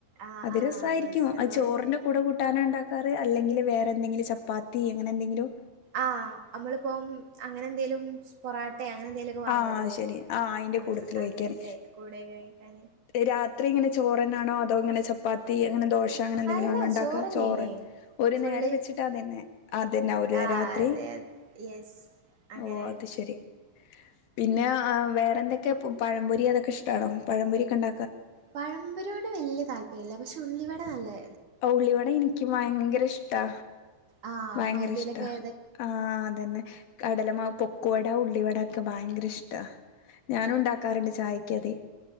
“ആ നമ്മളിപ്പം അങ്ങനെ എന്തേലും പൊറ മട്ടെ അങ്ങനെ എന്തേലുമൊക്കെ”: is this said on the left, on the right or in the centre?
Right